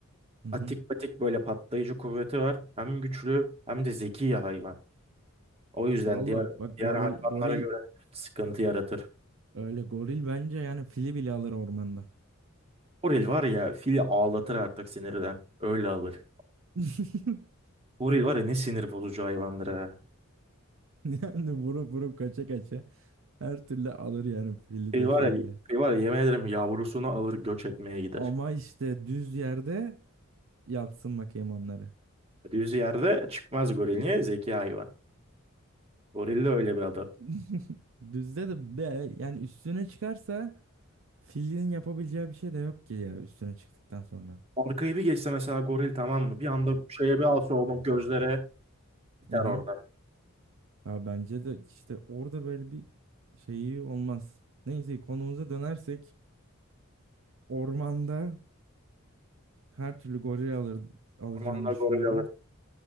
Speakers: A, on the right (about 65°); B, on the right (about 30°).
A: Hı hı.
B: atik patik böyle patlayıcı kuvveti var. Hem güçlü hem de zeki ya hayvan. O yüzden
A: Vallahi
B: diğer
A: bak
B: diğer
A: goril
B: hayvanlara
A: goril
B: göre sıkıntı yaratır.
A: öyle goril bence yani fili bile alır ormanda.
B: Goril var ya fili ağlatır artık sinirden. Öyle alır.
A: <laughs>
B: Goril var ya ne sinir bozucu hayvandır ha.
A: Yani vurup vurup kaça kaça her türlü alır yani fili
B: Şey
A: de
B: var
A: şeyi
B: ya,
A: de.
B: şey var ya yemin ederim yavrusunu alır göç etmeye gider.
A: Ama işte düz yerde yapsın bakayım onları.
B: Düz yerde çıkmaz goril. Niye? Zeki hayvan. Goril de öyle bir adam.
A: <laughs> Düzde de be, yani üstüne çıkarsa filin yapabileceği bir şey de yok ki ya üstüne çıktıktan sonra.
B: Arkayı bir geçse mesela goril tamam mı? Bir anda şeye bir alsa onu gözlere biter
A: Hı hı.
B: orada.
A: Ha, bence de işte orada böyle bir şeyi olmaz. Neyse konumuza dönersek Ormanda her türlü goril alır, alacağını
B: Ormanda
A: düşünüyorum.
B: goril alır.